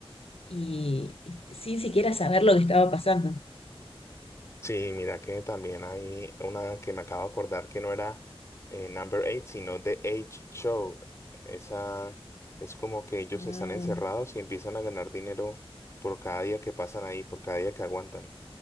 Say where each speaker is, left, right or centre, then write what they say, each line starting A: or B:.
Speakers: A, on the left; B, on the left.
A: y, y sin siquiera saber lo que estaba pasando.
B: Sí, mira que también hay una que me acabo de acordar que no era eh, Number 8, sino The 8 Show. Esa es como que ellos
A: Ah,
B: están encerrados y empiezan a ganar dinero por cada día que pasan ahí, por cada día que aguantan.